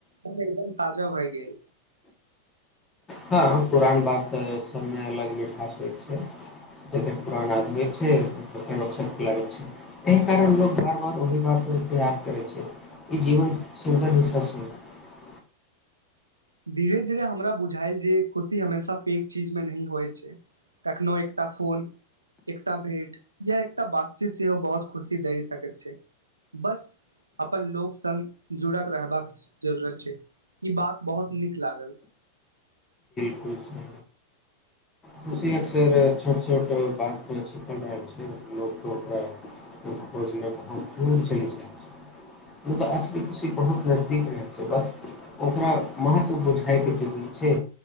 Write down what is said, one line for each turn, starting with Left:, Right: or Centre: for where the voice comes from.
Right: मन एकदम ताजा भए गेल
Left: हँ पुरान बात सभमे अलग मिठास होइत छै जतेक पुरान आदमी छै फेरक लागैत छै एहि कारण लोको बार बार ओहि बातके याद करै छै ई जीवन सुन्दर हिस्सा सुन्दर
Right: धीरे धीरे हमरा बुझाायल जे खुशी हमेशा पैघ चीजमे नहि होइत छै कखनो एकटा फोन एकटा भेट या एकटा बातचीत सेहो बहुत खुशी दए सकैत छै बस अपन लोक सङ्ग जुड़ल रहबाक जरूरत छै ई बात बहुत नीक लागल
Left: होइ छै खुशी अक्सर छोट छोट बात मे छिपल रहल छै लोक ओकरा खोज मे बहुत दूर चलि जा छै मु तऽ असल खुशी बहुत नजदीक रहैत छै बस ओकरा महत्व बुझाय के जरूी छै